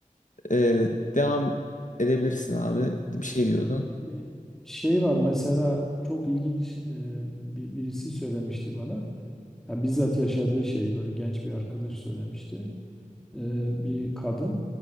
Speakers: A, on the left (about 65°); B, in the centre.
A: Ee, devam edebilirsin abi.
B: Evet.
A: Bir şey diyordun.
B: Yani e, şey var mesela çok ilginç e, bir- birisi söylemişti bana. Ya bizzat yaşadığı şey böyle genç bir arkadaş söylemişti. E, bir kadın